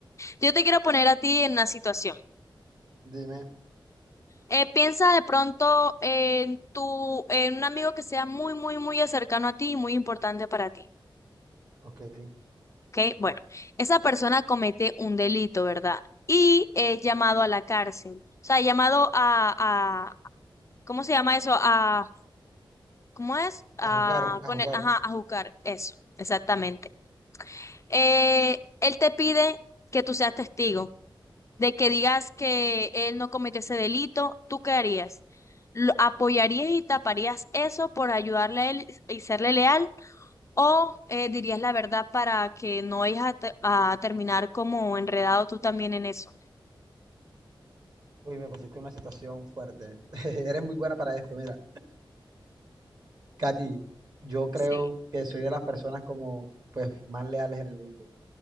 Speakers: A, on the left; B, on the right.
A: Yo te quiero poner a ti en una situación.
B: Dime,
A: Eh, piensa de pronto en tu, en un amigo que sea muy, muy, muy cercano a ti y muy importante para ti.
B: ok.
A: ¿Ok? Bueno, esa persona comete un delito, ¿verdad? Y es llamado a la cárcel. O sea, llamado a, a, ¿cómo se llama eso? A, ¿cómo es? A,
B: A jugar, a
A: con
B: jugar.
A: el- ajá, a juzgar. Eso, exactamente. Eh, él te pide que tú seas testigo. de que digas que él no cometió ese delito, ¿tú qué harías? ¿Lo apoyarías y taparías eso por ayudarle a él y serle leal? ¿O eh, dirías la verdad para que no vayas a, te- a terminar como enredado tú también en eso?
B: Uy, me pusiste una situación fuerte. <laughs> Eres muy buena para esto, mira. Katy, yo creo
A: Sí,
B: que soy de las personas como, pues, más leales en el mundo.